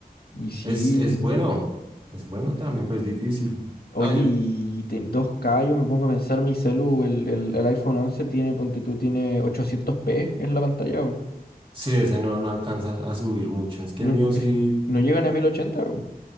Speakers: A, on the left; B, on the right.
A: Y sí.
B: Es, es bueno, es bueno también, pero es difícil.
A: Oye,
B: Ah, yo
A: y te- 2K, yo me pongo a pensar, mi celu, el, el, el iPhone 11 tiene, ponte tú, tiene ochocientos p es la pantalla, weón.
B: sí, ese no, no alcanza a subir mucho. Es que
A: Mm,
B: el mío
A: es-
B: sí
A: No llegan a 1080, weón.